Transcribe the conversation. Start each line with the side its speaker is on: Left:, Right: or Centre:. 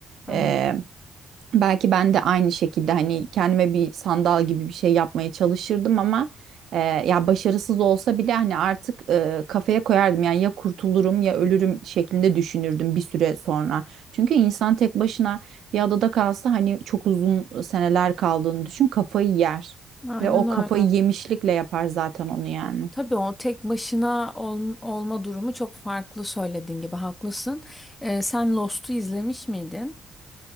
Left: Evet.
Right: e, Belki ben de aynı şekilde hani kendime bir sandal gibi bir şey yapmaya çalışırdım ama e, ya başarısız olsa bile hani artık e, kafaya koyardım yani ya kurtulurum ya ölürüm şeklinde düşünürdüm bir süre sonra. Çünkü insan tek başına bir adada kalsa hani çok uzun seneler kaldığını düşün kafayı yer
Left: Aynen
Right: ve o
Left: öyle.
Right: kafayı yemişlikle yapar zaten onu yani.
Left: Tabii o tek başına ol- olma durumu çok farklı söylediğin gibi haklısın. Ee, sen Lost'u izlemiş miydin?